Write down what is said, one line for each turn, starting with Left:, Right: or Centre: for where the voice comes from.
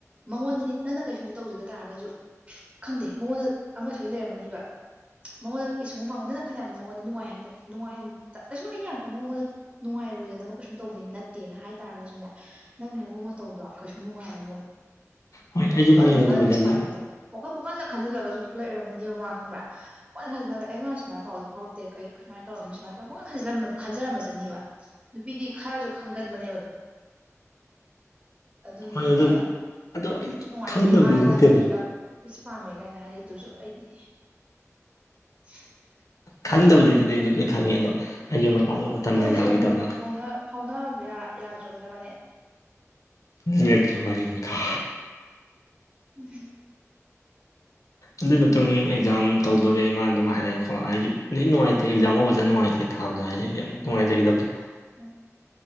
Right: ꯃꯉꯣꯟꯗꯗꯤ ꯅꯪꯅ ꯀꯩꯁꯨꯝꯗ ꯇꯧꯖꯗ ꯇꯥꯔꯒꯁꯨ ꯈꯪꯗꯦ ꯃꯉꯣꯟꯗ ꯑꯃ ꯁꯣꯏ ꯂꯩꯔꯝꯃꯅꯤꯕ ꯃꯉꯣꯟꯗ ꯄꯤꯁ <unintelligible> ꯐꯅꯌꯥꯝꯅ ꯃꯉꯣꯟꯗ ꯅꯨꯡꯉꯥꯏꯍꯟꯗꯕ ꯅꯨꯡꯉꯥꯏ ꯀꯩꯁꯨ ꯑꯩ ꯌꯥꯝ ꯀꯟꯅ ꯃꯉꯣꯟꯗ ꯅꯨꯡꯉꯥꯏꯔꯣꯏꯗꯅꯕ ꯀꯩꯁꯨꯝ ꯇꯧꯕꯗꯩ ꯅꯠꯇꯦꯅ ꯍꯥꯏ ꯇꯥꯔꯒꯁꯨꯅꯦ ꯅꯪ ꯃꯑꯣꯡ ꯃꯇꯧꯗꯣ ꯀꯩꯁꯨ ꯅꯨꯡꯉꯥꯏꯔ ꯃꯣꯏ
Left: ꯍꯣꯏ ꯑꯩꯁꯨ ꯈꯪꯉꯦꯅ
Right: ꯑꯗꯨꯅꯦ
Left: ꯑꯗꯨꯕꯨꯗꯤ
Right: ꯃꯥꯅ ꯄꯤꯁ
Left: ꯍꯥꯏꯗꯤ
Right: ꯄꯥꯝꯃꯦ ꯍꯥꯏꯗꯣ ꯋꯥꯈꯜ ꯄꯨꯀꯟꯅ ꯈꯟꯖꯤꯜꯂꯒꯁꯨ ꯂꯩꯔꯝꯃꯅꯦꯕ ꯃꯥ ꯈꯪꯕ꯭ꯔꯥ <unintelligible> ꯁꯨꯃꯥꯏ ꯄꯥꯎꯁꯦ ꯐꯥꯎꯔꯛꯇꯦ ꯀꯩ ꯁꯨꯃꯥꯏꯅ ꯇꯧꯔꯝꯅꯤ ꯁꯨꯃꯥꯏ ꯇꯧꯒ ꯄꯣꯏꯅ ꯈꯟꯖꯤꯜꯂꯝ ꯈꯟꯖꯔꯝꯃꯖꯅꯤꯕ ꯅꯨꯄꯤꯗꯤ ꯈꯔꯁꯨ ꯈꯟꯒꯟꯕꯅꯦꯕꯗꯣ ꯑꯗꯨꯅꯦ
Left: ꯍꯣꯏ
Right: ꯑꯗꯨꯅ
Left: ꯑꯗꯨ ꯑꯗꯣ ꯑꯩ
Right: ꯅꯨꯡꯉꯥꯏꯇꯦ
Left: ꯈꯪꯗꯕꯗꯤ
Right: ꯃꯥꯅ
Left: ꯅꯠꯇꯦꯕ
Right: ꯄꯤꯁ ꯄꯥꯝꯃꯦ ꯀꯥꯏꯅ ꯍꯥꯏ ꯑꯗꯨꯁꯨ ꯑꯩꯗꯤ <inaudible>
Left: ꯈꯪꯗꯕꯗꯤ ꯅꯠꯇꯦ ꯑꯩ ꯂꯣꯏ ꯈꯪꯉꯦ ꯑꯗꯣ ꯑꯩꯁꯨ ꯃꯇꯥꯡꯗ ꯃꯇꯝꯅ
Right: ꯑꯗꯣ ꯍꯧꯖꯤꯛ
Left: ꯌꯥꯒꯤꯗꯕ
Right: ꯑꯃꯨꯛ ꯐꯥꯎꯅ ꯐꯥꯎꯅꯕ ꯌꯥ ꯌꯥꯗ꯭ꯔꯕꯅꯦ ꯅꯥꯃꯥꯅꯦ
Left: ꯂꯤꯔꯛꯀꯦ ꯋꯥꯔꯤ ꯃꯈꯥ
Right: ꯎꯝ
Left: ꯑꯗꯨꯢ ꯃꯇꯨꯡ ꯑꯦꯛꯖꯥꯝ ꯇꯧꯗꯣꯔꯦ ꯃꯥꯅ ꯑꯗꯨꯝ ꯍꯥꯏꯔꯛꯑꯀꯣ ꯑꯩꯁꯨ <unintelligible> ꯅꯨꯡꯉꯥꯏꯇꯦ ꯑꯦꯛꯖꯥꯝ ꯍꯧꯕꯖꯠ ꯅꯨꯡꯉꯥꯏꯇꯦ ꯊꯥꯕꯗ <unintelligible> ꯅꯨꯡꯉꯥꯏꯖꯒꯦꯗꯕꯇꯣ
Right: <inaudible>